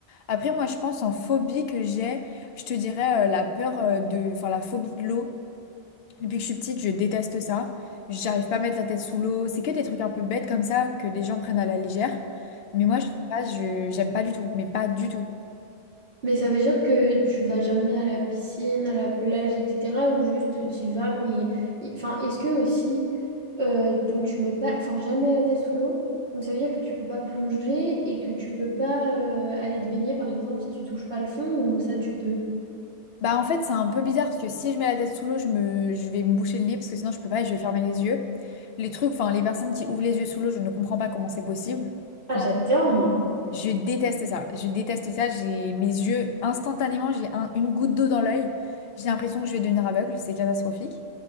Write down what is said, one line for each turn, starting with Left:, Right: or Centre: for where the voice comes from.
Left: Après, moi, je pense en phobie que j'ai, je te dirais euh, la peur euh, de... Enfin, la phobie de l'eau. Depuis que je suis petite, je déteste ça. J'arrive pas à mettre la tête sous l'eau. C'est que des trucs un peu bêtes comme ça que des gens prennent à la légère. Mais moi, je sais pas, je j'aime pas du tout. Mais pas du tout.
Right: Mais ça veut dire que tu vas jamais à la piscine, à la plage, etc. Ou juste tu y vas, mais y- enfin, est-ce que aussi, euh, donc tu mets pas, enfin, jamais la tête sous l'eau. Donc ça veut dire que tu peux pas plonger et que tu peux pas euh, aller te baigner, par exemple, si tu touches pas le fond, ou ça tu peux.
Left: Bah en fait, c'est un peu bizarre parce que si je mets la tête sous l'eau, je me, je vais me boucher le nez parce que sinon je peux pas et je vais fermer les yeux. Les trucs, enfin les personnes qui ouvrent les yeux sous l'eau, je ne comprends pas comment c'est possible.
Right: Ah,
Left: Enfin.
Right: j'adore, moi.
Left: Je déteste ça. Je déteste ça. J'ai mes yeux, instantanément, j'ai un- une goutte d'eau dans l'œil. J'ai l'impression que je vais devenir aveugle. C'est catastrophique.